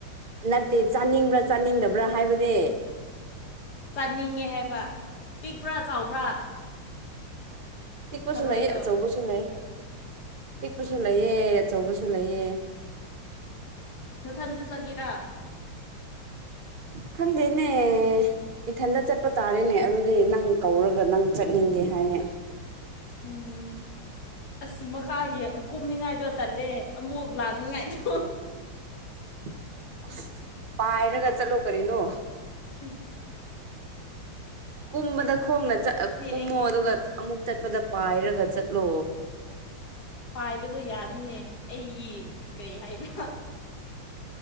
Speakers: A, on the right; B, on the left.
A: ꯅꯠꯇꯦ ꯆꯥꯅꯤꯡꯕ꯭ꯔꯥ ꯆꯥꯅꯤꯡꯗꯕ꯭ꯔꯥ ꯍꯥꯏꯕꯅꯦ
B: ꯆꯟꯅꯤꯡꯉꯦ ꯍꯥꯏꯕ ꯄꯤꯛꯄ꯭ꯔꯥ ꯆꯥꯎꯕ꯭ꯔꯥ
A: ꯏꯕꯨꯁꯨ
B: ꯊꯔꯣꯏꯗꯣ
A: ꯅ ꯑꯆꯧꯕꯕꯨꯁꯨ ꯂꯩ ꯄꯤꯛꯄꯁꯨ ꯂꯩꯑ ꯑꯆꯧꯕꯁꯨ ꯂꯩꯑ
B: ꯅꯊꯟꯗ ꯆꯠꯒꯦꯔꯥ
A: ꯈꯪꯗꯦꯅꯦ ꯏꯊꯟꯗ ꯆꯠꯄ ꯇꯥꯔꯦꯅꯦ ꯑꯗꯨꯗꯤ ꯅꯪ ꯀꯧꯔꯒ ꯅꯪ ꯆꯠꯅꯤꯡꯗꯦ ꯌꯥꯌꯦ
B: ꯎꯝ ꯑꯁ ꯃꯈꯥ ꯀꯨꯝꯅꯤꯡꯉꯥꯏꯗꯣ ꯇꯜꯂꯦ ꯑꯃꯨꯛ ꯂꯥꯛꯅꯤꯡꯉꯥꯏꯗꯣ
A: <unintelligible> ꯑ ꯄꯥꯏꯔꯒ ꯆꯠꯂꯣ ꯀꯔꯤꯅꯣ
B: ꯎꯝ
A: ꯀꯨꯝꯕꯗ ꯈꯣꯡꯅ ꯆ ꯀꯨꯝꯃꯣ
B: ꯑꯩꯒꯤ
A: ꯑꯗꯨꯒ ꯑꯃꯨꯛ ꯆꯠꯄꯗ ꯄꯥꯏꯔꯒ ꯆꯠꯂꯣ
B: ꯄꯥꯏꯕꯗꯣ ꯌꯥꯗꯤꯅꯦ ꯑꯩꯒꯤ ꯀꯩ ꯍꯥꯏꯅ